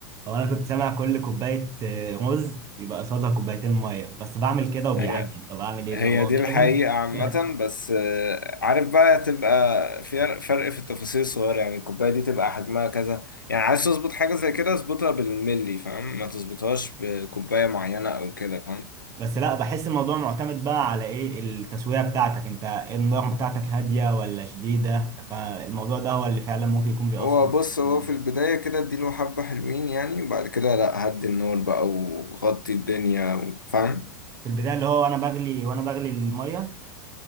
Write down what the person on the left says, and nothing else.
هي
هي
دي
الحقيقة عامة
بس آه، عارف بقى تبقى في فرق فرق في التفاصيل الصغيرة يعني الكوباية دي تبقى حجمها كذا يعني عايز تظبط حاجة زي كده اظبطها بالملي فاهم ما تظبطهاش بكوباية معينة او كده فاهم
هو
بص
هو في البداية كده اديله حبة حلوين يعني وبعد كده لا هدي النار بقى وغطي الدنيا و- فاهم